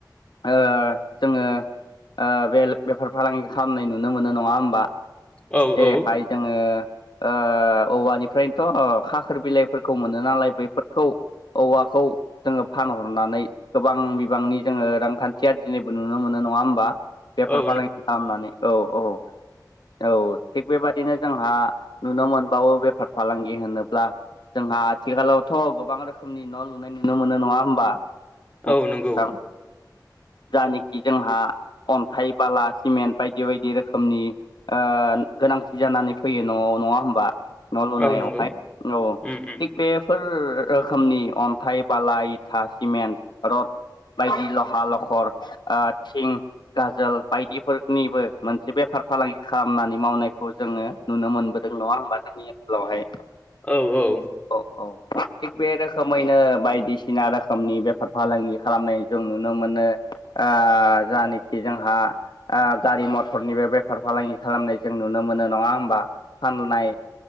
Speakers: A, on the left; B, on the left.
A: ओ जोङो ओ बे बेफार फालांगि खालामनाय नुनो मोनो नङा होमबा
B: नंगौ
A: जेरैहाय जोङो ओ औवानिफ्रायनोथ' खाखोर बिलाइ खौ मोनो नालाय बेफोरखौ औवाखौ जोङो फानहरनानै गोबां बिबांनि जोङो रांखान्थिया दिनैबो नुनो मोनो नङा होमबा बेफार
B: औ
A: फालांगि खालामनानै औ औ औ थिग बेबादिनो जोंहा नुनो मोनबावो बेफार फालांगि होनोब्ला जोंहा आथिखालावथ' गोबां रोखोमनि न' लुनाय नुनो मोनो नङा होमबा नोंथां
B: औ नंगौ
A: जानखि जोंहा अन्थाइ बाला सिमेन्ट बायदि बायदि रोखोमनि ओ गोनांथि जानानै फैयो न'आव नङा होमबा न' लुनायावहाय
B: औ नंगौ
A: औ
B: उम उम
A: थिग बेफोर रोखोमनि अन्थाइ बाला इथा सिमेन्ट रड बायदि लह लखर ओ थिं गाजोल बायदिफोरनिबो मोनसे बेफार फालांगि खामानि मावनायखौ जोङो नुनो मोनबोदों नङा होमबा जोंनि ओनसोलावहाय
B: औ औ
A: औ औ थिग बे रोखोमैनो बायदिसिना सिना रोखोमनि बेफार फालांगि खालामनाय जों नुनो मोनो ओ जानाखि जोंहा ओ गारि मथरनिबो बेफार फालांगि खालामनाय जों नुनो मोनो नङा होमबा फाननाय